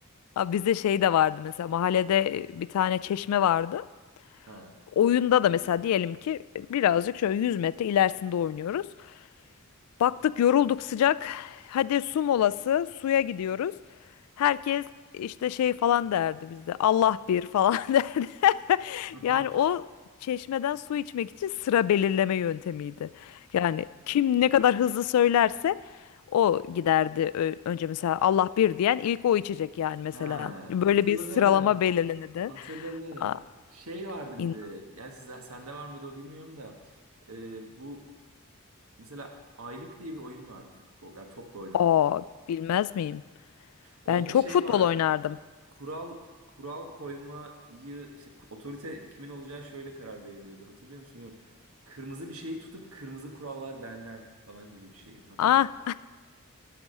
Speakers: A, on the left; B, on the right.
A: Abi Bizde şey de vardı mesela mahallede bir tane çeşme vardı.
B: <laughs> Ha.
A: Oyunda da mesela diyelim ki birazcık şöyle 100 metre ilerisinde oynuyoruz. Baktık yorulduk sıcak. Hadi su molası suya gidiyoruz. Herkes işte şey falan derdi bizde. Allah bir falan <laughs> derdi.
B: <laughs>
A: Yani o çeşmeden su içmek için sıra belirleme yöntemiydi. Yani kim ne kadar hızlı söylerse o giderdi. Ö- Önce mesela Allah bir diyen ilk o içecek yani mesela.
B: He,
A: Böyle
B: hatırladım.
A: bir sıralama belirlenirdi.
B: Hatırladım.
A: Aa,
B: Şey vardı
A: in-
B: bir de. Yani sizden sende var mıydı o bilmiyorum da. Ee, bu mesela Aylık diye bir oyun vardı futbol. Yani topla oynanan.
A: Aa, bilmez miyim?
B: Onda
A: Ben çok
B: şey
A: futbol
B: vardı.
A: oynardım.
B: Kural kural koymayı işte otorite kimin olacağı şöyle karar veriliyordu. Hatırlıyor musun? Bilmiyorum. Kırmızı bir şeyi tutup kırmızı kurallar benden falan gibi bir şeydi. Hatırlıyor
A: Ah
B: musun?